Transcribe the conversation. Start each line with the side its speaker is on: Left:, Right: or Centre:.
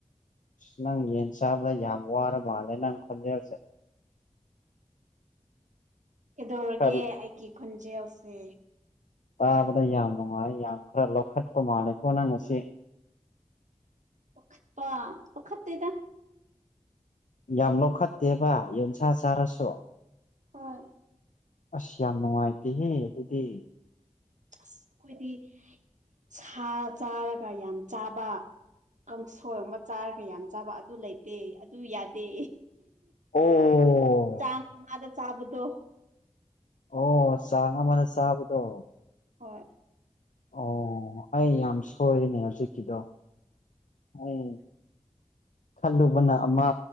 Left: ꯑꯁ ꯅꯪ ꯌꯦꯟ ꯆꯥꯕꯗ ꯌꯥꯝ ꯋꯥꯔ ꯃꯥꯜꯂꯦ ꯅꯪ ꯈꯟꯖꯕꯁꯦ
Right: ꯀꯩꯗꯧꯔꯒꯦ
Left: ꯈꯔ
Right: ꯑꯩꯒꯤ ꯈꯣꯟꯖꯦꯜꯁꯦ
Left: ꯇꯥꯕꯗ ꯌꯥꯝ ꯅꯨꯡꯉꯥꯏ ꯌꯥꯝ ꯈꯔ ꯂꯧꯈꯠꯄ ꯃꯥꯜꯂꯦꯀꯣꯅ ꯉꯁꯤ
Right: ꯄꯈꯠꯇ ꯄꯈꯠꯇꯗ
Left: ꯌꯥꯝ ꯂꯧꯈꯠꯇꯦꯕ ꯌꯦꯟꯁꯥ ꯆꯥꯔꯁꯨ
Right: ꯍꯣꯏ
Left: ꯑꯁ ꯌꯥꯝ ꯅꯨꯡꯉꯥꯏꯇꯦꯍꯦ ꯑꯗꯨꯗꯤ
Right: ꯑꯁ ꯑꯩꯈꯣꯏꯗꯤ ꯁꯥ ꯆꯥꯔꯒ ꯌꯥꯝ ꯆꯥꯕ ꯀꯥꯡꯁꯣꯏ ꯑꯃ ꯆꯥꯔꯒ ꯌꯥꯝ ꯆꯥꯕ ꯑꯗꯨ ꯂꯩꯇꯦ ꯑꯗꯨ ꯌꯥꯗꯦ
Left: ꯑꯣ
Right: ꯆꯥꯡꯅꯥꯥꯗ ꯆꯥꯕꯗꯣ
Left: ꯑꯣ ꯆꯥꯡ ꯑꯃꯅ ꯆꯥꯕꯗꯣ
Right: ꯍꯣꯏ
Left: ꯑꯣ ꯑꯩ ꯌꯥꯝ ꯁꯣꯏꯔꯤꯅꯦ ꯍꯧꯖꯤꯛꯀꯤꯗꯣ ꯎꯝ ꯈꯜꯂꯨꯕꯅ ꯑꯃ